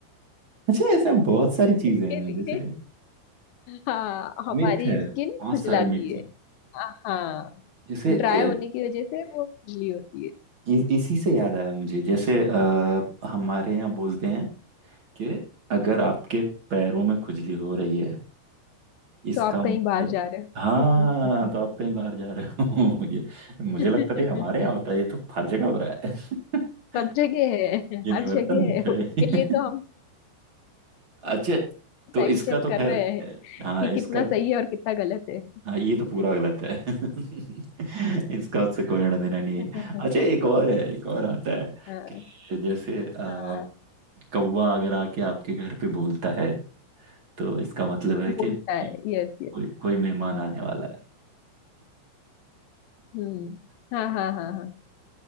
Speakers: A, on the right; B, on the left.
A: <laughs> अच्छा ऐसा बहुत सारी चीजें
B: इसके
A: हैं
B: लिए
A: जैसे
B: हाँ हमारी
A: मिथ है
B: स्किन
A: बहुत
B: खुजलाती
A: सारे मिथ हैं
B: है हाँ
A: जैसे अ,
B: ड्राई होने की वजह से वो खुजली होती है
A: इ, इसी से याद आया मुझे जैसे अ, हमारे यहाँ बोलते हैं कि अगर आपके पैरों में खुजली हो रही है इसका
B: तो आप
A: मतलब
B: कहीं बाहर जा रहे
A: हाँ
B: हो
A: तो आप कहीं बाहर जा रहे हो <laughs> ये मुझे
B: <laughs>
A: लगता था ये हमारे यहाँ होता है ये तो हर जगह हो रहा है <laughs>
B: सब जगह है
A: यूनिवर्सल
B: हर जगह
A: में
B: है
A: है
B: इसके लिए तो
A: <laughs>
B: हम
A: अच्छा तो
B: फैक्ट
A: इसका
B: चेक
A: तो
B: कर
A: खैर
B: रहे हैं
A: हाँ
B: कि
A: इसका
B: कितना
A: तो
B: सही है और कितना गलत है
A: हाँ ये तो पूरा गलत है <laughs> इसका उससे कोई लेना देना नहीं
B: <laughs>
A: है अच्छा एक और है एक और आता है
B: हाँ
A: कि जैसे अ,
B: हाँ
A: कौवा अगर आके आपके घर पे बोलता है तो इसका मतलब है कि
B: बोलता
A: कोई
B: है यस यस
A: कोई, कोई मेहमान आने वाला है
B: हम्म हाँ हाँ हाँ हाँ